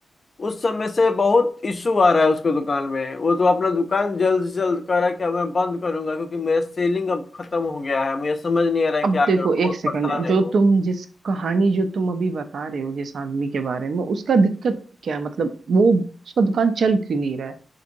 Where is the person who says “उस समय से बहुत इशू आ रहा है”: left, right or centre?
Left